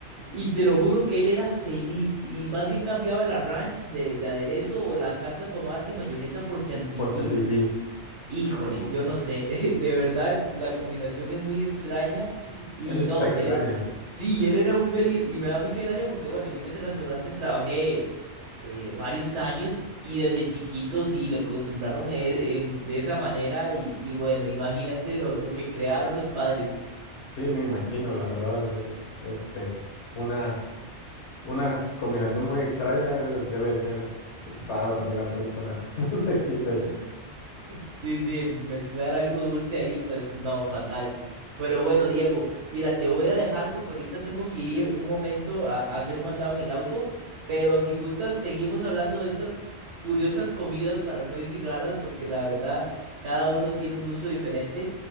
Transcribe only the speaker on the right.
Y te lo juro que él era feliz y más bien cambiaba la ranch de, de aderezo o la salsa tomate y mayonesa por chantilly.
Híjole,
yo no sé, <laughs> de verdad la combinación es muy extraña y
no,
él, e- sí, y él era muy feliz y me da mucha gracia porque bueno, yo en ese restaurante trabajé eh, varios años y desde chiquito sí le acostumbraron e- en- de esa manera y, y bueno, imagínate lo, lo que crearon los padres.
Sí, sí, mezclar algo dulce ahí, pues no, fatal. Pero bueno, Diego, mira, te voy a dejar porque ahorita tengo que ir un momento a, a hacer un mandado en el auto, pero si gustas, seguimos hablando de estas curiosas comidas, para no decir raras, porque la verdad, cada uno tiene un gusto diferente.